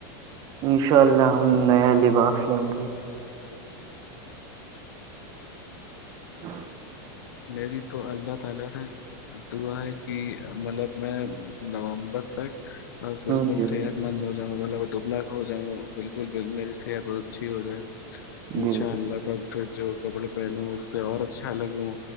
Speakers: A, on the right (about 40°); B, on the left (about 80°).
A: انشاء اللہ ہم نیا لباس لیں گے ہ
B: میری تو اللہ تعالی سے دا ہے کہ مطلب میں نومبر تک ب بالکل
A: ہ جی
B: صحت
A: جی
B: مند ہو جاؤا مطلب ڈبلا ہو جاؤں بالکل بکل میری صحت بہت اچھی ہو جائے ان
A: جی
B: شاء اللہ تب پھر جو کپڑے پہنوں اس پہ اور اچھا لگوں